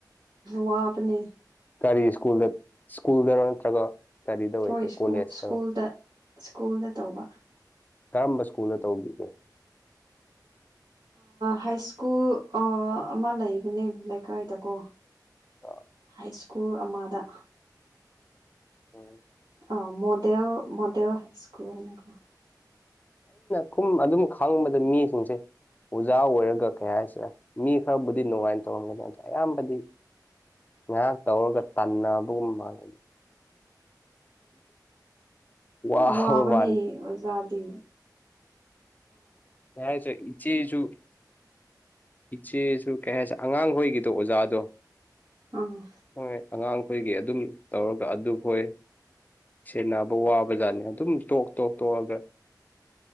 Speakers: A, on the right; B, on the left.
A: ꯋꯥꯅꯦ
B: ꯀꯔꯤ ꯁ꯭ꯀꯨꯜꯗ ꯁ꯭ꯀꯨꯜꯗꯔꯣ ꯅꯠꯇ꯭ꯔꯒ ꯀ ꯀꯔꯤꯗ ꯑꯣꯏꯒꯦ
A: ꯍꯣꯏ ꯁ꯭ꯀꯨꯜ
B: ꯀꯣꯂꯦꯖꯇ
A: ꯁ꯭ꯀꯨꯜꯗ ꯁ꯭ꯀꯨꯜꯗ ꯇꯧꯕ
B: ꯀꯔꯝꯕ ꯁ꯭ꯀꯨꯜꯗ ꯇꯧꯕꯤꯌꯦ
A: ꯍꯥꯏ ꯁ꯭ꯀꯨꯜ ꯑꯃ ꯂꯩꯕꯅꯦ ꯂꯩꯀꯥꯏꯗꯀꯣ
B: ꯑ
A: ꯍꯥꯏ ꯁ꯭ꯀꯨꯜ ꯑꯃꯗ
B: ꯑꯣ
A: ꯑ ꯃꯗꯦ ꯃꯗꯦ ꯍꯥꯏ ꯁꯀꯨ ꯍ
B: ꯈꯨꯝ ꯑꯗꯨꯝ ꯈꯥꯡꯕꯗ ꯃꯤꯁꯤꯡꯁꯦ ꯑꯣꯖꯥ ꯑꯣꯏꯔꯒ ꯀꯩ ꯍꯥꯏꯁꯦ ꯃꯤ ꯈꯔꯕꯨꯗꯤ ꯅꯨꯡꯉꯥꯏꯅ ꯇꯧꯔꯝꯒꯅꯤ ꯑꯗꯣ ꯑꯌꯥꯝꯕꯗꯤ ꯉꯥꯏꯍꯥꯛ ꯇꯧꯔꯒ ꯇꯟꯅꯕꯒꯨꯝꯕ ꯃꯥꯡꯅꯅꯤ ꯋꯥꯕ
A: ꯋꯥ ꯋꯥꯕꯅꯤꯖꯥꯗꯤ
B: ꯃꯥꯜꯂꯦ ꯌꯥ ꯆ ꯏꯆꯦꯁꯨ ꯏꯆꯦꯁꯨ ꯀꯩ ꯍꯥꯏꯁꯦ ꯑꯉꯥꯡꯈꯣꯏꯒꯤꯗꯣ ꯑꯣꯖꯥꯗꯣ
A: ꯑꯥ
B: ꯍꯣꯏ ꯑꯉꯥꯡꯈꯣꯏꯒꯤ ꯑꯗꯨꯝ ꯇꯧꯔꯒ ꯑꯗꯨꯈꯣꯏ ꯁꯦꯕ ꯋꯥꯕ ꯖꯥꯠꯅꯦ ꯑꯗꯨꯝ ꯇꯣꯛ ꯇꯣꯛ ꯇꯣꯛꯑꯒ